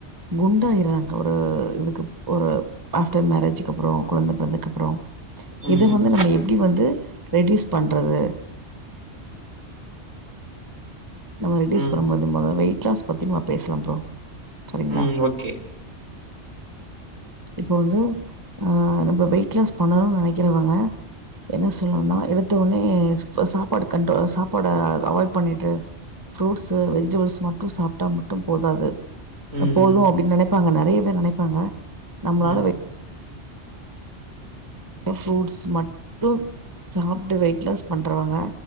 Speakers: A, on the right; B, on the right.
A: குண்டாஆயடுறாங்க ஒரு இதுக்கு ஒரு ஆப்டர் மேரேஜக்கு அப்புறம் குழந்தை பிறந்ததுக்கப்புறம்ர அப்புறம்
B: ம்
A: இத வந்து நம்ம எப்டி வந்து ரெட்யூஸ் பண்றது நம்ம ரெட்டியூஸ்
B: ம் ம்
A: பண்ணாம்போது மொத வெயிட் களாஸ் பத்தி ன்வா பேஸ்லா ப்ரோ சரிங்களா
B: ம் ஓகே
A: இப்போ வந்து அ நம் வெயிட் லாஸ் பண்ணனுன் நெனக்கிறவங்க என்ன சொல்ணுனா எடுத்த ஒனே ஸ்ஃப சாப்பாடு கண்டோ சாப்பாட அவாய்ட் பண்ணிட்டு ஃ ப்ரூட்ஸு வெஜிடபுள்ஸ் மட்டு சாப்ட்டா சாப்பிட்டா மட்டு போதாது
B: ம்
A: போதும் அப்படின்னு நினைப்பாங்க ந ரேய பேர் நெனைப்பாங்க நம்ப்ளால
B: ம் ம்
A: வே அ ஃப்ரூட்ஸ் மட் தூம் மட்டும் சாப்பிட்டு வெயிட் லாஸ் பண்றவங்க